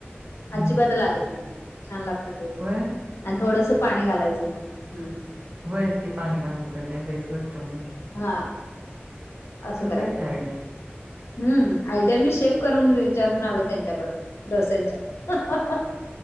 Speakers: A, on the right; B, on the left.
A: हम्म
B: अजिबात
A: हम्म हम्म
B: लागत नाही छान लागतात डोस
A: होय
B: आणि थोडंस पाणी घालायचं मग हम्
A: होयच की पाणी घालून प नाही लच घट्ट हो
B: हा असं करायचं
A: आहे की आयडिया
B: हम्म आयडिया मी शेफ करून विचारून आले त्यांच्याकड डोस्यांच्या <inaudible>